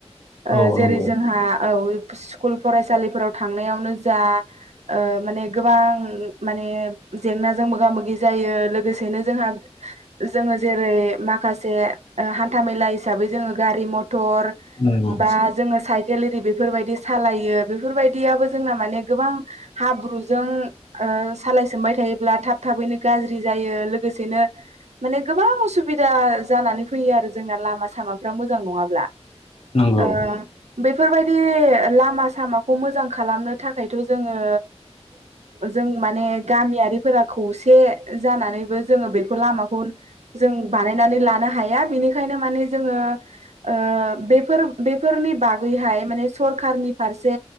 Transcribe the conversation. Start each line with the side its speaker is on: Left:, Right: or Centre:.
Right: ओ
Left: औ
Right: जेरै
Left: नंगौ
Right: जोंहा औ स्कुल फरायसालिफोराव थांनायावनो जा ओ माने गोबां माने जेंनाजों मोगा मोगि जा यो लोगोसेनो जोंहा जोंङो जेरै माखासे ओ हान्था मेला हिसाबै जोंङो गारि मथर
Left: नंगौ
Right: बा जोंङो साइखेल बेफोरबायदि सालायो बेफोरबायदियाबो जोंना माने गोबां हाब्रुजों ओ सालाय सोमबाय थायोब्ला थाब थाबैनो गाज्रि जायो लोगोसेनो माने गोबां उसुबिदा जानानै फैयो आरो जोंना लामा सामाफ्रा मोजां नङाब्ला
Left: नंगौ
Right: ओ बेफोरबायदि ला मा सामाखौ मोजां खालामनो थाखायथ जोंङो जों माने गामियारिफोर खौसे जानानैबो जोंङो बेखौ लामाखौ जों बानायनानै लानो हाया बेनिखायनो माने जोंङो ओ बेफोर-बेफोरनि बागैहाय माने सरखारनि फारसे